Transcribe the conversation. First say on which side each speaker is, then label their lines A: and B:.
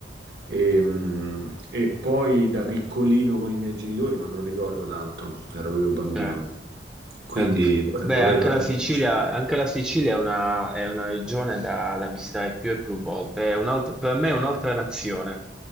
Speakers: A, on the right (about 65°); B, in the centre.
A: E, mh, e poi da piccolino con i miei genitori, ma non ricordo tanto, ero proprio bambino,
B: Certo,
A: quindi
B: certo.
A: vorrei
B: Beh,
A: vorrei
B: anche
A: tornarci.
B: la Sicilia, anche la Sicilia è una, è una regione da, da visitare più e più volte. È un'altra- per me è un'altra nazione,